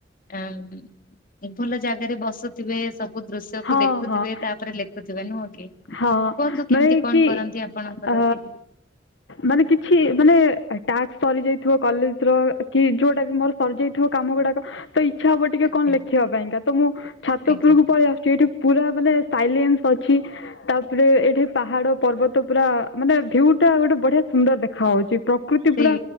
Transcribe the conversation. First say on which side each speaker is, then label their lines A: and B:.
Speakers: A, on the left (about 50°); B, on the left (about 80°).
A: ଆଁ ଭଲ ଜାଗାରେ ବସୁଥିବେ ସବୁ ଦୃଶ୍ୟକୁ
B: ହଁ
A: ଦେଖୁଥିବେ
B: ହଁ
A: ତାପରେ ଲେଖୁଥିବେ ନୁହଁ କି
B: ହଁ
A: କୁହନ୍ତୁ
B: ମାନେ
A: କେମିତି କଣ
B: କି
A: କରନ୍ତି ଆପଣଙ୍କର
B: ଅ
A: ଟିକେ।
B: ମାନେ କିଛି ମାନେ ଟାସ୍କ ସରି ଯାଇଥିବ କଲେଜର କି ଯୋଉଟା ବି ମୋର ସରିଯାଇଥିବ କାମ ଗୁଡାକ ତ ଇଚ୍ଛା ହବ ଟିକେ
A: ଆଜ୍ଞା
B: କଣ ଲେଖିବା ପାଇଁକା ତ ମୁଁ ଛାତପୁରକୁ
A: ଆଜ୍ଞା
B: ପଳେଇ ଆସେ ଯେ ଏଠି ପୁରା ମାନେ ସାଇଲେନ୍ସ ଅଛି। ତାପରେ ଏଇଠି ପାହାଡ ପର୍ବତ ପୁରା ମାନେ ଭିଉ ଟା ବଢିଆ ସୁନ୍ଦର ଦେଖା ହାଉଉଛି ପ୍ରକୃତି
A: ସେଇ
B: ପୁରା